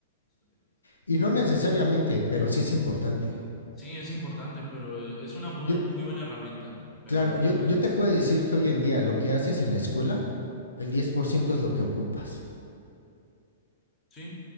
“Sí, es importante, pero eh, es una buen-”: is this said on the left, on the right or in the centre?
Left